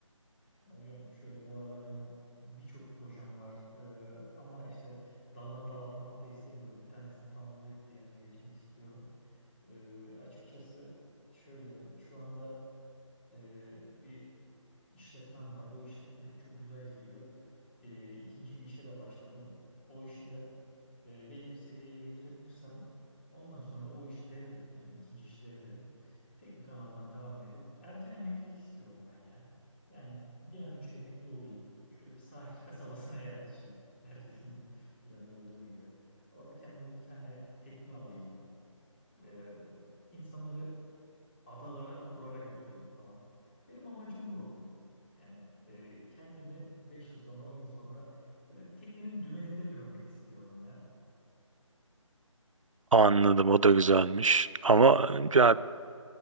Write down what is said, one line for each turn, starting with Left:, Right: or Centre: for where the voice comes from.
Left: Ya hocam şöyle bu aralar benim birçok projem var. Ee, ama işte daldan dala atlamak da istemiyorum. Bir tanesini tamamlayıp diğerine geçmek istiyorum. Ee, açıkçası şöyle şu anda e, bir işletmem var. O işletme çok güzel gidiyor. Ee, ikinci bir işe de başladım. O işi de e, belli bir seviyeye getirebilirsem ondan sonra o işi devredip yani ikinci işi devredip tek bir kanaldan devam edip erken emeklilik istiyorum ben ya. Yani bir an önce emekli olayım. Şöyle bir sahil <laughs> kasabasına yerleşeyim. Herkesin planı olduğu gibi. Orada kendime bir tane tekne alayım. Ee, insanları adalara, turlara götüreyim falan. Benim amacım bu. Yani e, kendimi 5 yıl sonra, 10 yıl sonra böyle bir teknenin dümeninde görmek istiyorum ya.
Right: Anladım o da güzelmiş. Ama ya